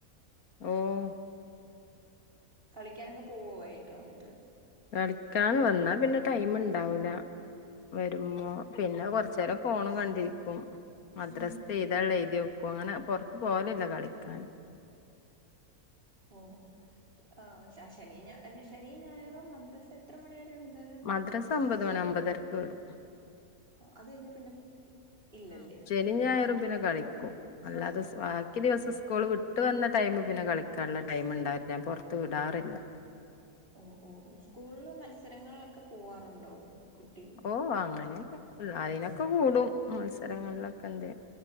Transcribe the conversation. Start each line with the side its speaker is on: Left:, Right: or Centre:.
Left: ഓഹ്.
Right: കളിക്ക്യാനൊക്കെ പോവോ വൈകിട്ട് വന്നിട്ട്?
Left: കളിക്കാൻ വന്നാ പിന്നെ ടൈമ്ണ്ടാവൂല. വരുമ്പോ പിന്നെ കൊറച്ചേരം ഫോണും കണ്ടിരിക്കും. മദ്രസ്ത്തെ
Right: ഉം
Left: എഴ്താള്ളത് എഴുതി വെക്കും അങ്ങനെ പൊറത്ത് പോവലില്ല കളിക്കാന്.
Right: ഓഹ്. ആഹ് ശ ശനി ഞായ ശനി ഞായറും മദ്രസ എത്ര മണിവരെ ഉണ്ട്?
Left: മദ്രസ ഒമ്പത് മണി ഒമ്പതരക്ക് വിടും.
Right: ഓഹ്. അത് കഴിഞ്ഞാ പിന്നെ ഇല്ലല്ലേ.
Left: നിം ഞായറും പിന്നെ കളിക്കും. അല്ലാതെ സ് ബാക്കി ദിവസം സ്കൂള് വിട്ട് വന്ന ടൈം പിന്നെ കളിക്കാന്ള്ള ടൈമ്ണ്ടാവേല്ല ഞാൻ പൊറത്ത് വിടാറില്ല.
Right: ഓഹ് ഓഹ് ഓഹ്. സ്കൂളിൽ മത്സരങ്ങളിലൊക്കെ പോവാറുണ്ടോ കുട്ടി?
Left: ഓഹ് അങ്ങനെക്കെ. <unintelligible> അയ്നൊക്കെ കൂടും മത്സരങ്ങളിലൊക്കെ എന്തേം.